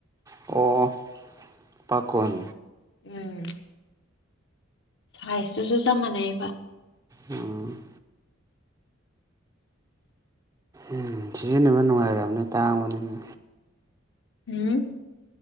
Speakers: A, on the right (about 15°); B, on the left (about 60°).
A: ꯑꯣ ꯄꯥꯈꯣꯟ
B: ꯎꯝ ꯁꯥꯏꯖꯇꯨꯁꯨ ꯆꯞ ꯃꯥꯟꯅꯩꯕ
A: ꯎꯝ ꯎꯝ ꯁꯤꯖꯤꯟꯅꯕ ꯅꯨꯡꯉꯥꯏꯔꯝꯅꯤ ꯇꯥꯡꯕꯅꯤꯅ
B: ꯎꯝ